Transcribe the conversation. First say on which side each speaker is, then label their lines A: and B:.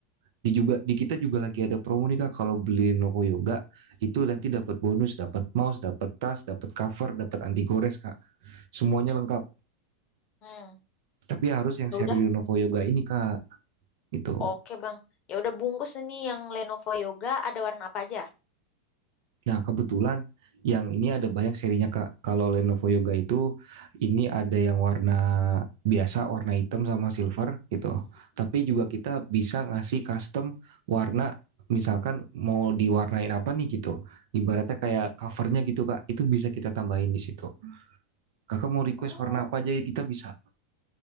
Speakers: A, on the right (about 60°); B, on the left (about 40°).
A: di juga di kita juga lagi ada promo nih kak kalau beli Lenovo Yoga itu nanti dapat bonus dapat mouse dapat tas dapat cover dapat anti gores kak semuanya lengkap
B: Hmm,
A: tapi harus yang
B: ya
A: seri
B: udah,
A: Lenovo Yoga ini kak gitu
B: oke bang. Ya udah bungkus ini yang Lenovo Yoga ada warna apa aja?
A: Nah, kebetulan yang ini ada banyak serinya, Kak. Kalau Lenovo Yoga itu ini ada yang warna biasa, warna hitam sama silver gitu. Tapi juga kita bisa ngasih custom warna misalkan mau diwarnain apa nih gitu. Ibaratnya kayak covernya gitu, Kak. Itu bisa kita tambahin di situ. Kakak mau request
B: Oh,
A: warna apa aja kita bisa.